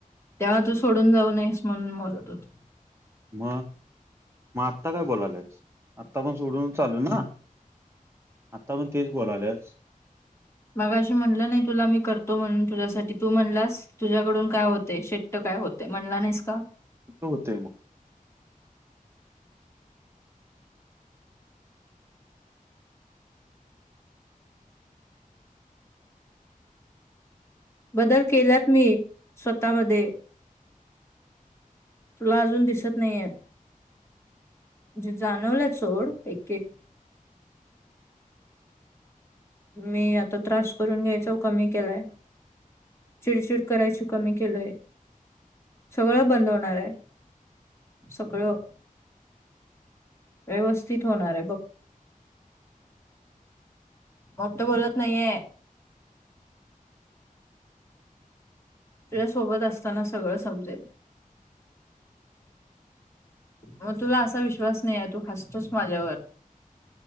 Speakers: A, on the left (about 20°); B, on the right (about 20°).
A: तेव्हा तू सोडून जाऊ नयेस म्हणून बोलत होतो.
B: मग मग आत्ता का बोलाल्यास आत्ता पण सोडूनच चाल्लोय ना. आता पण तेच बोलाल्यास.
A: मागाशी म्हणलं नाय तुला मी करतो म्हणून तुझ्यासाठी तू म्हणलास तुझ्याकडून काय होतय शे काय होतय म्हणला नाहीस का?
B: कुठं होतेय मग.
A: बदल केल्यात मी स्वतः मधे. तुला अजून दिसत नाहीयेत. म्हणजे जाणवलेत सोड एक एक मी आता त्रास करून घ्यायचोव कमी केलाय. चिडचिड करायची कमी केलोय सगळ बंद होणार. सगळं व्यवस्थित होणारय बघ. मोठं बोलत नाहीये. तुझ्या सोबत असताना सगळं संपतय. मग तुला असा विश्वास नाहीये तू हासतोस माझ्यावर.